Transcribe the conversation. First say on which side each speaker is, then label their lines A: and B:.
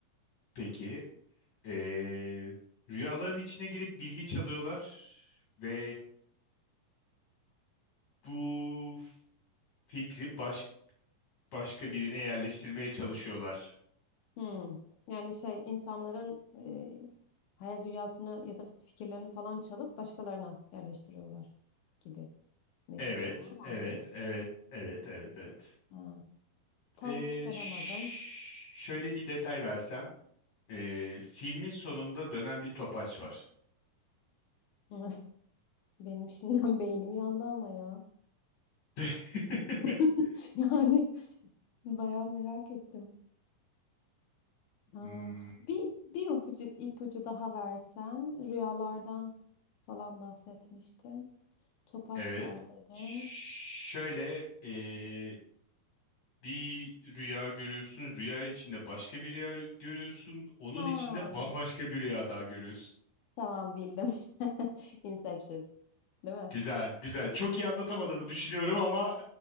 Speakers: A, on the left; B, on the left.
A: Peki, ee, rüyaların içine girip bilgi çalıyorlar ve bu fikri baş, başka birine yerleştirmeye çalışıyorlar.
B: Hı. Yani şey insanların e, hayal dünyasını ya da fikirlerini falan çalıp başkalarına yerleştiriyorlar gibi mi?
A: Evet,
B: Doğru mu
A: evet,
B: anladım?
A: evet, evet, evet, evet.
B: Ha. Tam
A: Ee,
B: çıkaramadım.
A: ş- şöyle bir detay versem. Ee, filmin sonunda dönen bir topaç var.
B: <laughs> Benim şimdiden beynim yandı ama ya.
A: <laughs>
B: <laughs> Yani bayağı merak ettim. Aa,
A: Hmm,
B: bir bir ipucu, ipucu daha versen rüyalardan falan bahsetmiştin. Topaç
A: evet.
B: var dedin.
A: Şöyle ee, bir rüya görüyorsun. Rüya içinde başka bir rüya görüyorsun. Onun
B: Ha,
A: içinde bambaşka bir rüya daha görüyorsun.
B: tamam bildim. <laughs> Inception, değil mi?
A: Güzel, güzel. Çok iyi anlatamadığımı düşünüyorum ama